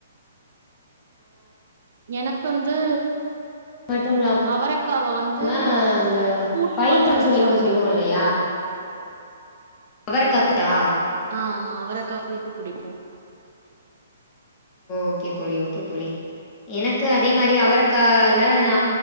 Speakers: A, on the right; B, on the left.
A: எனக்கு வந்து
B: மட்டு இல்லாம
A: அவரக்காவ வந்து
B: நம்ம அந்த
A: கூட்டு
B: பைத்தான்
A: மாரி வச்சா
B: சொல்லி ஒண்ணு
A: புடிக்கு
B: சொல்லுவோ இல்லையா அவரக்கா கூட்டா
A: ஆமா அவரைக்கா கூட்டு புடிக்கு
B: ஓகே தோழி ஓகே தோழி எனக்கு அதே மாரி அவரக்கால நா